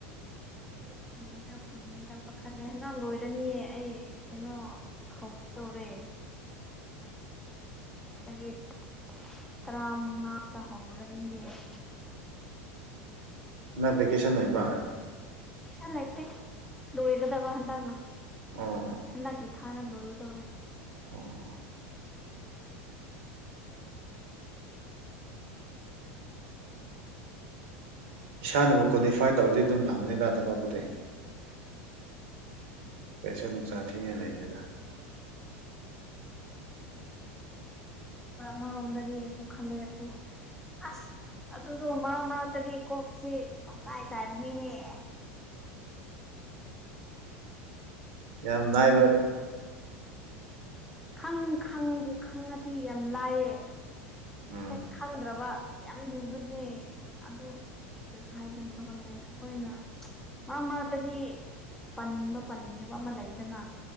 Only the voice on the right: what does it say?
ꯅ ꯦꯀꯦꯁꯟ ꯂꯩꯕ
ꯑꯣ
ꯑꯣ
ꯎꯝ ꯎꯝ ꯏꯁꯥꯅꯕꯨ ꯀ꯭ꯋꯥꯂꯤꯐꯥꯏ ꯇꯧꯔꯗꯤ ꯑꯗꯨꯝ ꯐꯪꯒꯅꯤꯗ ꯊꯕꯛꯄꯨꯗꯤ ꯀꯩꯁꯨ ꯅꯨꯡꯁꯥ ꯊꯤꯉꯩ ꯂꯩꯗꯦꯗ
ꯌꯥꯝ ꯅꯥꯏꯕ
ꯎꯝ